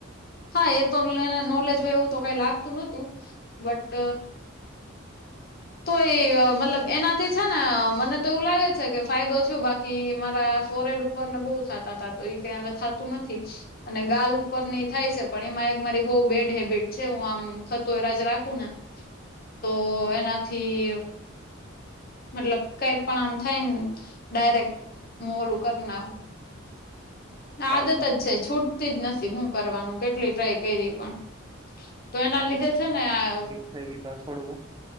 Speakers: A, on the left (about 45°); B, on the right (about 20°).
A: હા એ તો ભલેએને નોલેજ હોય એવું તો કંઈ લાગતું નહોતું બટ, તોએ મતલબ એનાથી છે ને મને તો એવું લાગે છે કે ફાયદો થયો બાક કી મારા ફોરેહેડ ઉપર ને બહુ થતાતા તો એ કઈ હવે થાતું નથી. અને ગાલ ઉપરની થાય છે, પણ એમાં એક મારી બહુ બેડ હેબિટ છે હું આમ ખ તો એરાજ રાખું ને તો એનાથી, મતલબ કઈ પણ આમ થાય ને ડાયરેક મુ ઓલું કર નાખું. <inaudible> આદત
B: ઓકે
A: જ છે છૂટતી જ નથી, હું કરવાનું કેટલી ટ્રાય કરી પણ, તો એના લીધે છે ને આ
B: થઈ ગઈ તો છોડવું.